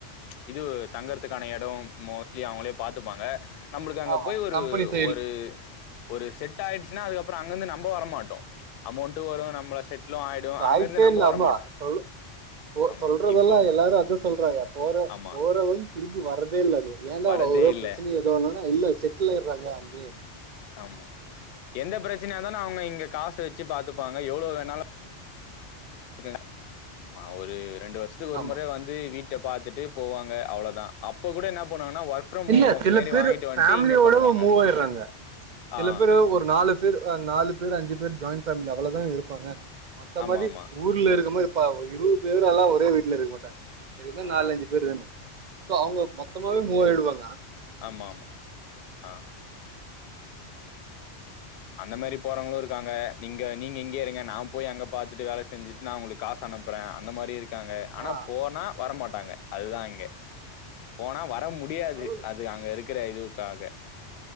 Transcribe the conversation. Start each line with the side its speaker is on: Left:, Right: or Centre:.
Left: இது தங்கற்துக்கான எடொ மோர் ஸ்லி அவங்களே பாத்துப்பாங்க நம்பளுக்கு அங்க
Right: ஆமா
Left: போய் ஒரு
Right: கம்பெனி சைடு
Left: ஒரு ஒரு செட் ஆயிடுச்சுனா அதுக்கப்பற அங்கர்ந்து நம்ப வரமாட்டோ அமௌண்டு வரு நம்மள செட்ல்லு ஆயிடுவ
Right: வாய்ப்பே
Left: அங்கருந்து நம்ப
Right: இல்ல
Left: வரமாட்டோ
Right: ஆமா சொல் போ
Left: ஆமா
Right: சொல்றதெல்லா
Left: இப்போ
Right: எல்லாரு அத்தா சொல்றாங்க போற
Left: ஆமா
Right: போற வந் திருப்பி வர்றதே இல்ல ஏன்டா
Left: வரதே
Right: வ ஒரு
Left: இல்ல
Right: பிரச்சனை ஏதோ ஒனுல்னா இல்ல செட்டில் ஆய்டுறாங்க அங்யே
Left: ஆம்மா எந்த பிரச்சனைய ஆனா அவுங்க இங்க காசு வெச்சு பாத்துப்பாங்க எவ்ளோ வேணாலு போய்ட்டாங்க நா ஒரு ரெண்டு வருஷத்துக்கு ஒரு
Right: ஆமா
Left: மொற வந் து வீட்ட பாத்துட்டு போவாங்க அவ்ளதா அப்ப கூட என்ன பண்ணுவாங்கன்னா ஒர்க் பிரம்
Right: இல்ல
Left: ஹோம்
Right: சில
Left: மேரி
Right: பேரு
Left: வாங்கிட்டு வந்ட்டு
Right: ஃபேமிலியோட
Left: இங்க பண்ணுவாங்க
Right: மூவ் ஆயிடுறாங்க சில
Left: ஆ
Right: பேரு ஒரு நாலு த்து அ நாலு பேர் அஞ்சு பேர் ஜாயிண்ட் பேமிலி அவ்வளதா இருப்பாங்க மத்த
Left: ஆமாமா.
Right: மதி ஊர்ல இருக்க மாரி பாவ் இருவது பேறால்ல ஒரே வீட்டுல இருக்க மாட்டாங்க இருந்தா
Left: ஆ
Right: நாலுஞ்சு பேரு தான சோ அவங்க மொத்தமாவே மூவாயிடுவாங்க
Left: ஆம்மாம்மா ஆ அந்த மாரி போறவங்களு இருக்காங்க நிங்க நீங்க இங்கயே இருங்க நா போய் அங்க பாத்துட்டு வேல செஞ்சுட் நா உங்களுக்கு காஸ் அனுப்பறே அந்த மாரியூ இருக் காங்க அனா
Right: ஆ
Left: போனா வர மாட்டாங்க அதுதா இங்க போனா வர மு டியாது
Right: அவ்ளோதா
Left: அது அங்க இருக்கற இதுவுக்காக